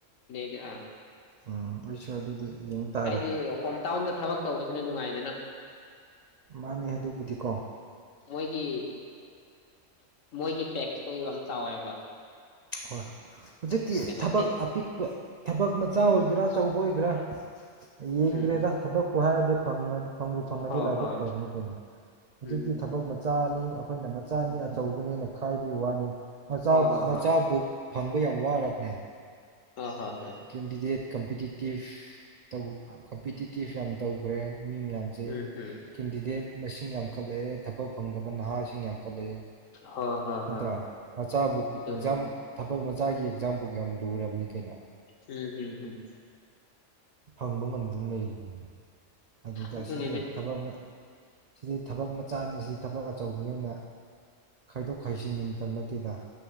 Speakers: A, on the left; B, on the right.
A: ꯑ꯫
B: ꯎꯝ. ꯑꯩꯁꯨ ꯑꯗꯨꯗꯤ ꯌꯦꯡ ꯇꯥꯔꯦ.
A: ꯑꯩꯗꯤ ꯍꯣꯝ ꯇꯥꯎꯟꯗ ꯊꯕꯛ ꯇꯧꯕꯁꯤꯅ ꯅꯨꯡꯉꯥꯏꯗꯅ꯫
B: ꯃꯥꯅꯦ ꯑꯗꯨꯕꯨꯗꯤꯀꯣ
A: ꯃꯣꯏꯒꯤ ꯃꯣꯏꯒꯤꯄꯦꯛ ꯄꯦꯛꯇꯣ ꯌꯥꯝ ꯆꯥꯎꯋꯦꯕ꯫
B: ꯍꯣꯏ꯫ ꯍꯧꯖꯤꯛꯀꯤ
A: ꯀꯩꯅꯣ
B: ꯊꯕꯛ
A: ꯇꯦꯟ
B: ꯑꯄꯤꯛꯄ ꯊꯕꯛ ꯃꯆꯥ ꯑꯣꯏꯒꯦꯔꯥ
A: ꯎꯝ
B: ꯑꯆꯧꯕ ꯑꯣꯏꯒꯦꯔꯥ ꯌꯦꯡꯗ꯭ꯔꯦꯗ
A: ꯎꯝ
B: ꯊꯕꯛꯄꯨ ꯍꯥꯏꯔꯗꯤ ꯐꯪꯕꯨ ꯐꯪꯉꯗꯤ
A: ꯍꯣꯏ
B: ꯂꯥꯏꯕꯛ
A: ꯍꯣꯏ
B: ꯐꯕꯅꯤ ꯀꯩꯅꯣ ꯍꯧꯖꯤꯛꯇꯤ
A: ꯎꯝ
B: ꯊꯕꯛ ꯃꯆꯥꯅꯤ ꯑꯩꯈꯣꯏꯅ ꯃꯆꯥꯅꯤ ꯑꯆꯧꯕꯅꯦꯅ ꯈꯥꯏꯕꯒꯤ ꯋꯥꯅꯤ ꯃꯆꯥ
A: ꯍꯣꯏ ꯍꯣꯏ
B: ꯑꯆꯥꯕꯨꯛ ꯐꯪꯕ ꯌꯥꯝ ꯋꯥꯔꯕꯅꯦ
A: ꯍꯣꯏ ꯍꯣꯏ ꯍꯣꯏ ꯍꯣꯏ
B: ꯀꯦꯟꯗꯤꯗꯦꯠ ꯀꯝꯄꯤꯇꯤꯇꯤꯞ ꯇꯧ ꯀꯝꯄꯤꯇꯤꯇꯤꯞ ꯌꯥꯝ ꯇꯧꯈ꯭ꯔꯦ ꯃꯤ ꯃꯌꯥꯝꯁꯦ
A: ꯎꯝ ꯎꯝ
B: ꯀꯦꯟꯗꯤꯗꯦꯠ ꯃꯁꯤꯡ ꯌꯥꯝꯈꯠ ꯂꯛꯑ ꯊꯕꯛ ꯐꯪꯗꯕ ꯅꯍꯥꯁꯤꯡ ꯌꯥꯝꯈꯠꯂꯛꯑꯦ
A: ꯍꯣꯏ ꯍꯣꯏ
B: ꯅꯠꯇ꯭ꯔ
A: ꯍꯣꯏ
B: ꯃꯆꯥꯕꯨ
A: <unintelligible>
B: ꯑꯦꯛꯖꯥꯝ ꯊꯕꯛ ꯃꯆꯥꯒꯤ ꯑꯦꯛꯖꯥꯝꯕꯨꯛ ꯌꯥꯝ ꯂꯨꯔꯕꯅꯤ꯫ ꯀꯩꯅꯣ
A: ꯎꯝ ꯍꯝ꯫
B: ꯐꯪꯕ ꯉꯝꯗꯨꯅ ꯂꯩꯔꯤꯅꯤꯅꯦ ꯑꯗꯨꯗ
A: ꯑꯗꯨꯅꯤꯅꯦ
B: ꯁꯤꯗꯤ ꯊꯕꯛ ꯁꯤꯗꯤ ꯊꯕꯛ ꯃꯆꯥꯅꯤ ꯁꯤꯗꯤ ꯊꯕꯛ ꯑꯆꯧꯕꯅꯤ ꯑꯩꯅ ꯈꯥꯏꯗꯣꯛ ꯈꯥꯏꯖꯤꯟꯒꯤ ꯃꯇꯝ ꯅꯠꯇꯦꯗ